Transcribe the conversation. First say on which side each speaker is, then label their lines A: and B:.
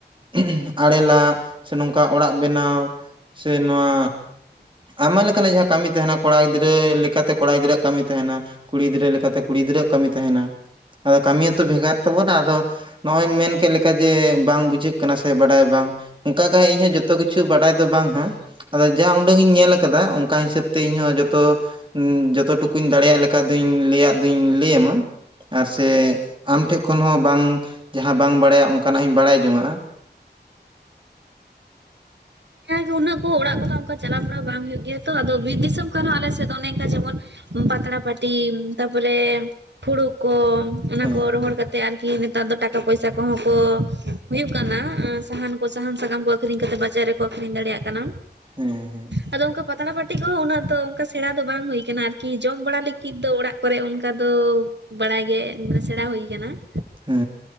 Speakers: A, on the right; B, on the right.
A: ᱷᱩᱸᱦ ᱟᱲᱮᱹᱞᱟᱜ ᱥᱮ ᱱᱚᱝᱠᱟ ᱚᱲᱟᱜ ᱵᱮᱱᱟᱣ ᱥᱮ ᱱᱚᱣᱟ ᱟᱭᱢᱟ ᱞᱮᱠᱟᱱᱟᱜ ᱡᱟᱦᱟᱸ ᱠᱟᱢᱤ ᱛᱟᱦᱮᱱᱟ ᱠᱚᱲᱟ ᱜᱤᱫᱽᱨᱟᱹ ᱞᱮᱠᱟᱛᱮ ᱠᱚᱲᱟ ᱜᱤᱫᱽᱨᱟᱹᱣᱟᱜ ᱠᱟᱢᱤ ᱛᱟᱦᱮᱱᱟ ᱾ ᱠᱩᱲᱤ ᱜᱤᱫᱽᱨᱟᱹ ᱞᱮᱠᱟᱛᱮ ᱠᱩᱲᱤ ᱜᱤᱫᱽᱨᱟᱹ ᱟᱜ ᱠᱟᱹᱢᱤ ᱛᱟᱦᱮᱱᱟ ᱾ ᱟᱫᱚ ᱠᱟᱢᱤ ᱦᱚᱸᱛᱚ ᱵᱷᱮᱜᱟᱨ ᱛᱟᱵᱚᱱᱟ ᱟᱫᱚ ᱱᱚᱜᱚᱭ ᱮᱢ ᱢᱮᱱ ᱠᱮᱜ ᱞᱮᱠᱟ ᱡᱮ ᱵᱟᱝ ᱵᱩᱡᱷᱟᱹᱜ ᱠᱟᱱᱟ ᱥᱮ ᱵᱟᱰᱟᱭ ᱵᱟᱝ, ᱚᱝᱠᱟ ᱜᱮ ᱤᱧᱦᱚᱸ ᱡᱚᱛᱚ ᱠᱤᱪᱷᱩ ᱵᱟᱰᱟᱭ ᱫᱚ ᱵᱟᱝ ᱦᱟᱸ ᱾ ᱟᱫᱚ ᱡᱟ ᱩᱰᱟᱹᱝ ᱤᱧ ᱧᱮᱞ ᱟᱠᱟᱫᱟ ᱚᱱᱠᱟ ᱦᱤᱥᱟᱹᱵᱽ ᱛᱮ ᱤᱧᱦᱚᱸ ᱡᱚᱛᱚ ᱾ ᱡᱚᱛᱚ ᱴᱩᱠᱩᱧ ᱫᱟᱲᱮᱹᱭᱟᱜ ᱞᱮᱠᱟ ᱫᱩᱧ ᱞᱟᱹᱭᱟᱜ ᱫᱩᱧ ᱞᱟᱹᱭ ᱟᱟᱢᱟ ᱟᱨ ᱥᱮ ᱟᱢ ᱴᱷᱮᱡ ᱠᱷᱚᱱ ᱦᱚᱸ ᱵᱟᱝ ᱡᱟᱦᱟᱸ ᱵᱟᱝ ᱵᱟᱲᱟᱭᱟ ᱚᱱᱠᱟᱱᱟᱜ ᱤᱧ ᱵᱟᱲᱟᱭ ᱡᱚᱝᱟᱸᱜᱼᱟ ᱾
B: ᱦᱮᱸ ᱱᱩᱱᱟᱹᱜ ᱠᱚ ᱚᱲᱟᱜ ᱠᱟᱫᱟ ᱚᱱᱠᱟ ᱪᱟᱞᱟᱣ ᱵᱟᱲᱟ ᱵᱟᱝ ᱦᱳᱭᱳᱜ ᱜᱮᱭᱟ ᱛᱚ ᱟᱫᱚ ᱵᱤᱨ ᱫᱤᱥᱚᱢ ᱠᱷᱚᱱ ᱦᱚᱸ ᱟᱞᱮ ᱥᱮᱫ ᱫᱚ ᱚᱱᱮ ᱚᱝᱠᱟ ᱡᱮᱢᱚᱱ ᱯᱟᱛᱲᱟ ᱯᱟᱹᱴᱤ ᱛᱟᱯᱚᱨᱮ ᱯᱷᱩᱲᱩᱜ ᱠᱚ ᱚᱱᱟ
A: ᱦᱮᱸ
B: ᱠᱚ ᱨᱚᱦᱚᱲ ᱠᱟᱛᱮᱜ ᱟᱨᱠᱤ ᱱᱮᱛᱟᱨ ᱫᱚ ᱴᱟᱠᱟ ᱯᱚᱭᱥᱟ ᱠᱚᱦᱚᱸ ᱠᱚ ᱦᱩᱭᱩᱜ ᱠᱟᱱᱟ ᱥᱟᱦᱟᱱ ᱠᱚ ᱥᱟᱦᱟᱱ ᱥᱟᱠᱟᱢ ᱠᱚ ᱟᱹᱠᱷᱨᱤᱧ ᱠᱟᱛᱮ ᱵᱟᱡᱟᱨ ᱨᱮ ᱠᱚ ᱟᱹᱠᱷᱨᱤᱧ ᱫᱟᱲᱮᱭᱟᱜ ᱠᱟᱱᱟ,
A: ᱦᱮᱸ ᱦᱮᱸ
B: ᱟᱫᱚ ᱚᱱᱠᱟ ᱯᱟᱛᱲᱟ ᱯᱟᱹᱴᱤ ᱠᱚᱦᱚᱸ ᱩᱱᱟᱹᱜ ᱫᱚ ᱚᱱᱠᱟ ᱥᱮᱬᱟ ᱫᱚ ᱵᱟᱝ ᱦᱳᱭ ᱚᱱᱟ ᱟᱨᱠᱤ ᱡᱚᱢ ᱵᱟᱲᱟ ᱞᱟᱹᱜᱤᱫ ᱫᱚ ᱚᱲᱟᱜ ᱠᱚᱨᱮ ᱚᱱᱠᱟ ᱫᱚ ᱵᱟᱲᱟᱭ ᱜᱮ ᱢᱟᱱᱮ ᱥᱮᱬᱟ ᱦᱩᱭ ᱠᱟᱱᱟ ᱾
A: ᱦᱩ